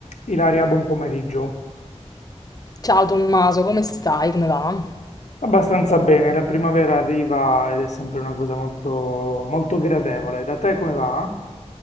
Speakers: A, on the left; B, on the left.
A: Ilaria, buon pomeriggio.
B: Ciao Tommaso, come stai? Come va?
A: Abbastanza bene, la primavera arriva ed è sempre una cosa molto, molto gradevole. Da te come va?